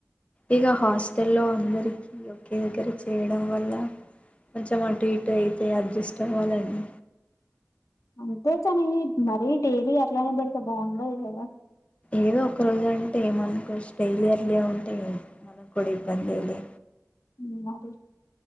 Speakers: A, on the left; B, on the left.
A: ఇగ హాస్టల్లో అందరికీ ఒకే దగ్గర చేయడం వల్లా. కొంచెం అటు ఇటు అయితే అడ్జస్ట్ అవ్వాలండి.
B: అంతే కానీ, మరీ డైలీ అట్లానే పెడితే బాగుండదు కదా.
A: ఏదో ఒక రోజు అంటే ఏమో అనుకోవచ్చు డైలీ అట్లే ఉంటే మనకు కూడా ఇబ్బందే లే.
B: ఊ <unintelligible>